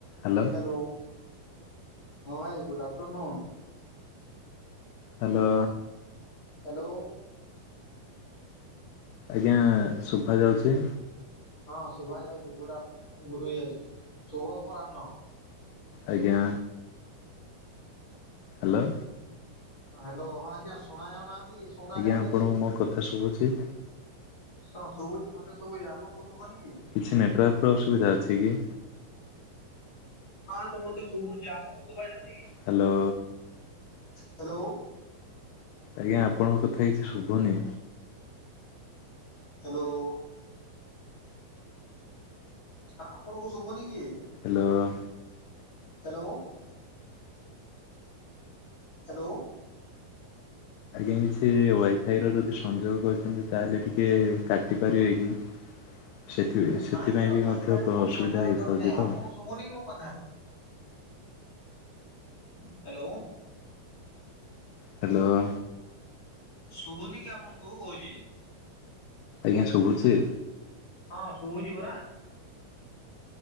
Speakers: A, on the left; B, on the left.
A: Hello.
B: Hello ହଁ ଭାଇ good afternoon.
A: Hello.
B: Hello.
A: ଆଜ୍ଞା ଶୁଭା ଯାଉଛି।
B: ହଁ ଶୁଭ ଯାଉଛି <inaudible> ଇ ଶୁଭ ଅପରାହ୍ନ।
A: ଆଜ୍ଞା ହ୍ୟାଲୋ।
B: ହ୍ୟାଲୋ ହଁ ଆଜ୍ଞା ଶୁଣା ଯାଉନାହାନ୍ତି। ଶୁଣା
A: ଆଜ୍ଞା
B: ଯାଉନି
A: ଆପଣଙ୍କୁ
B: କି?
A: ମୋ କଥା ଶୁଭୁଛି।
B: ହଁ ଶୁଭୁଛି ମତେ ଶୁଛି ଆପଣଙ୍କୁ ଶୁଭନି କି?
A: କିଛି ନେଟୱାର୍କର ଅସୁବିଧା ଅଛି କି?
B: ହଁତ ମତେ ଶୁଭୁଛି ଆପଣଙ୍କୁ ଶୁଭ ଯାଉନି କି
A: ହ୍ୟାଲୋ
B: ହ୍ୟାଲୋ।
A: ଆଜ୍ଞା ଆପଣଙ୍କ କଥା କିଛି ଶୁଭୁନି
B: ହ୍ୟାଲୋ। ହଁ ଆପଣଙ୍କୁ ଶୁଭୁନି କି?
A: ହ୍ୟାଲୋ।
B: Hello hello.
A: ଆଜ୍ଞା କିଛି ୱାଇଫାଇ ର ଯଦି ସଂଯୋଗ କରିଛନ୍ତି ତାହେଲେ ଟିକେ କାଟି ପାରିବେ କି? ସେଥି ସେଥିପାଇଁ
B: ନାଇଁ ସାର୍
A: ବି
B: ୱାଇଫାଇ
A: ମଧ୍ୟ
B: ମୁଁ
A: ଅସୁବିଧା
B: ସଂଯୋଗ
A: ହେଇଥାଉଛି
B: କରୁନି ଆପଣଙ୍କୁ
A: ତ।
B: ଶୁଭୁନି କି ମୋ କଥା ହ୍ୟାଲୋ।
A: ହ୍ୟାଲୋ।
B: ଶୁଭୁନି କି ଆପଣଙ୍କୁ କହୁଛି।
A: ଆଜ୍ଞା ଶୁଭୁଛି।
B: ହଁ ଶୁଭୁଯି ପରା।